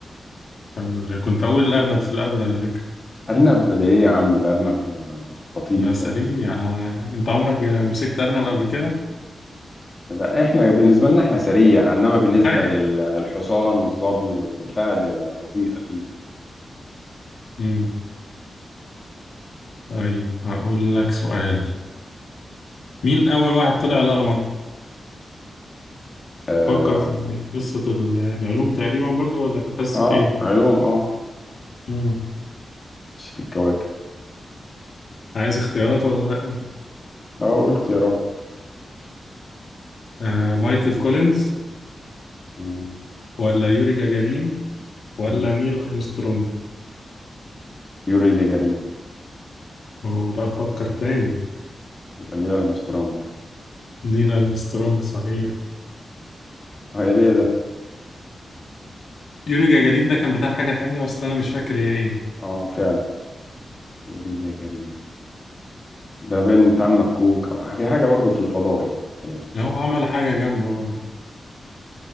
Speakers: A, on the left; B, on the left.
A: الحمد لله كنت اقول الارنب في الاول على فكره
B: أرنب ليه يا عم الأرنب آه، بطيء
A: ده سريع
B: خالص
A: انا انت عمرك مسكت ارنب قبل كده
B: لا احنا بالنسبة لنا احنا سريع انما بالنسبة
A: <laughs>
B: للحصان والظبي والفهد آه، بطيء اكيد يعني.
A: أمم. طيب هقول لك سؤال مين اول واحد طلع القمر
B: اه
A: فكر في قصه ال- العلوم تقريبا برضو ولا كانت قصه
B: آه،
A: ايه
B: علوم اه
A: أمم.
B: نسيت الكواكب
A: عايز اختيارات ولا لا
B: اه قول اختيارات
A: آه مايكل كولينز
B: مم،
A: ولا يوري جاجارين ولا
B: مم.
A: نيل ارمسترونج
B: يوري جاجارين
A: هو ده افكر تاني
B: يبقى نيل أرمسترونج
A: نيل ارمسترونج صحيح
B: هي ده ده
A: يوري جاجارين ده كان بتاع حاجة تانية بس أنا مش فاكر هي إيه
B: اه فعلا يوري جاجارين ده بين بتاع المكوك او في حاجة برضو في الفضاء يعني تهيألي
A: هو عمل حاجة جامدة برضه